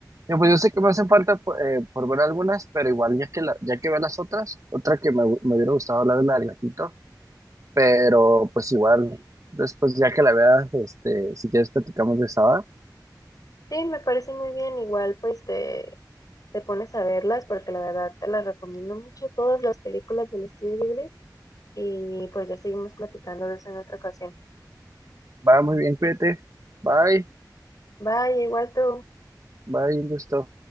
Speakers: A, on the right; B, on the left.
A: Yo, pues yo sé que me hacen falta pu- eh, por ver algunas, pero igual ya que, la- ya que veo las otras, otra que me, hu- me hubiera gustado hablar es la del gatito, pero pues igual, después ya que la veas, este, si quieres platicamos de esa, va.
B: Sí, me parece muy bien, igual pues te, te pones a verlas porque la verdad te las recomiendo mucho, todas las películas del estudio Ghibli y pues ya seguimos platicando de eso en otra ocasión.
A: Va, muy bien, cuídate. Bye,
B: Bye, igual tú.
A: bye, un gusto.